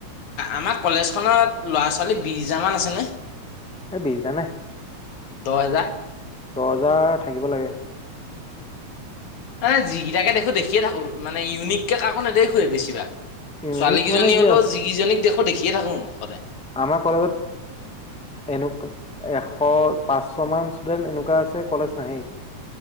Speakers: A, on the left; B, in the centre.
A: আমাৰ কলেজখনত ল'ৰা-ছোৱালী বিশ হাজাৰমান আছেনে।
B: এ বিছ হাজাৰ নাই
A: দহ হেজাৰ
B: দহ হাজাৰ থাকিব লাগে।
A: এ যিকেইটাকে দেখো দেখিয়ে থাকোঁ, মানে ইউনিককে কাকো নেদেখোঁৱে বেছি। <unintelligible>
B: ইউনিক
A: ছোৱালী কেইজনী
B: মানে কি
A: হলেও
B: আৰু
A: যিকেইজনীক দেখ দেখি। দিয়ে থাকো সদায়।
B: আমাৰ কলেজত এশ পাঁচশমান ষ্টুডেণ্ট এনেকুৱা আছে কলেজ নাহেই।